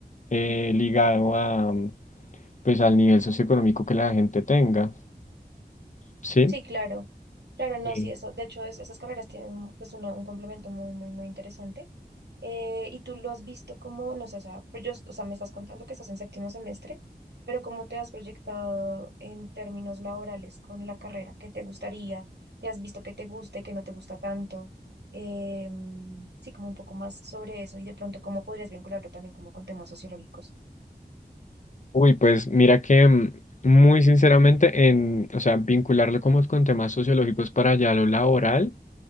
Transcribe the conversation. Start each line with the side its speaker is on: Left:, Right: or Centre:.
Left: eh, ligado a, pues al nivel socioeconómico que la gente tenga, ¿sí?
Right: sí, claro. Claro, no,
Left: Sí.
Right: sí, eso, de hecho, es- esas carreras tienen pues una- un complemento muy, muy, muy interesante. Eh, y tú lo has visto como, no sé, o sea, pues yo, o sea, me estás contando que estás en séptimo semestre, pero ¿cómo te has proyectado en términos laborales con la carrera? ¿Qué te gustaría? ¿Qué has visto que te guste, que no te gusta tanto? Em, sí, como un poco más sobre eso y de pronto cómo podrías vincularlo también como con temas sociológicos.
Left: Uy, pues mira que mm, muy sinceramente en, o sea, vincularlo como con temas sociológicos para allá lo laboral,